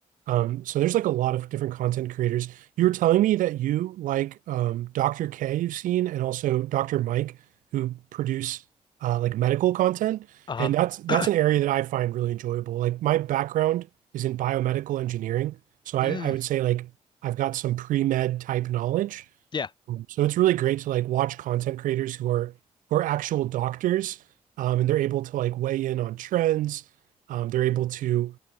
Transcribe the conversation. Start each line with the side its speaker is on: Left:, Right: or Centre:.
Right: Um, so there's like a lot of different content creators. You were telling me that you like um, Dr. K you've seen and also Dr. Mike who produce uh, like medical content,
Left: Uh-huh.
Right: and that's that's
Left: <clears throat>
Right: an area that I find really enjoyable. Like my background is in biomedical engineering, so I
Left: Mm,
Right: I would say like I've got some pre-med type knowledge,
Left: yeah.
Right: um, So it's really great to like watch content creators who are who are actual doctors, um, and they're able to like weigh in on trends. Um, they're able to